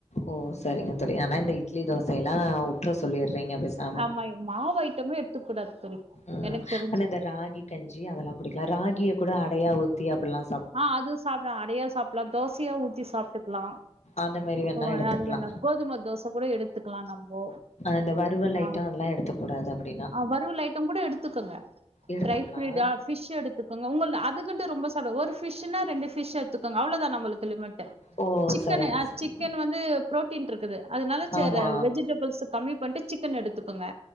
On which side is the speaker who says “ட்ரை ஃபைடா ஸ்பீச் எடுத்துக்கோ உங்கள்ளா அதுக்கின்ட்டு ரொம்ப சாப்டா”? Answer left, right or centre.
Right